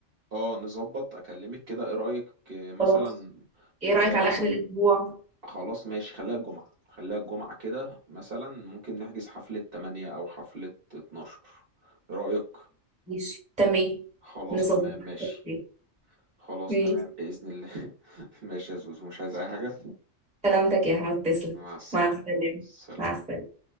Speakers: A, on the right; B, in the centre.
A: اه نظبط اكلمك كده ايه رأيك آه، مثلا
B: خلاص ايه
A: آه
B: رايك على اخر الاسبوع
A: خلاص ماشي خليها الجمعة خليها الجمعة كده مثلا ممكن نحجز حفلة 8 او حفلة 12 ايه رأيك
B: ماشي تمام
A: خلاص
B: نظبط
A: تمام ماشي
B: اوكي
A: خلاص
B: ماشي.
A: تمام بإذن الله <laughs> ماشي يا زوزو مش عايز اي حاجة
B: سلامتك يا احمد تسلم
A: مع السلامة
B: مع السلامه
A: سلام
B: مع السلامه